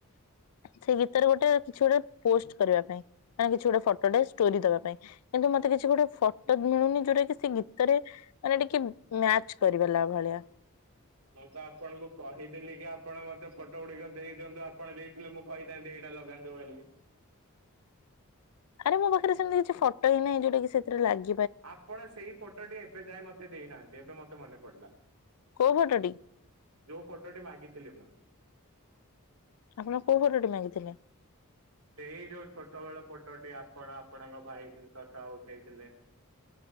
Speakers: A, on the left; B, on the right.
A: ସେଇ ଗୀତରେ ଗୋଟେ କିଛି ଗୋଟେ ପୋଷ୍ଟ କରିବା ପାଇଁ। ମାନେ କିଛି ଗୋଟେ ଫଟୋଟେ ଷ୍ଟୋରି ଦେବା ପାଇଁ। କିନ୍ତୁ ମ ମତେ କିଛି ଗୋଟେ ଫଟୋ ବି ମିଳୁନି। ଯୋଉଟା କି ସେ ଗୀତରେ ମାନେ ଟିକେ ମ୍ୟାଚ କରିପାରିଲା ଭଳିଆ।
B: ମୁଁ ତ ଆପଣଙ୍କୁ କହିଥିଲି କି ଆପଣ ମତେ ଫଟୋ ଗୁଡିକ ଦେଇଦିଅନ୍ତୁ ଆପଣ ଦେଇଥିଲେ ମୁଁ କହିଥାନ୍ତି ଏଇଟା ଲଗାନ୍ତୁ ବୋଲି।
A: ଆରେ ମୋ ପାଖରେ ସେମତି କିଛି ଫଟୋ ହିଁ ନାହିଁ ଯୋଉଟା କି ସେଥିରେ ଲାଗି
B: ଆପଣ ସେଇ ଫଟୋଟି ଏବେ ଯାଏଁ ମତେ ଦେଇନାହାନ୍ତି ଏବେ ମତେ ମନେ ପଡିଲା।
A: କୋଉ ଫଟୋଟି
B: ଯୋଉ ଫଟୋଟି ମାଗିଥିଲି ମୁଁ।
A: ଆପଣ କୋଉ ଫଟୋ ଟି ମାଗିଥିଲେ?
B: ସେଇ ଯୋଉ ଛୋଟ ବେଳ ଫୋଟ୍ ଟ ଟି ଆପଣ ଆପଣଙ୍କ ଭାଇ <unintelligible> ସହ ଉଠେଇଥିଲେ।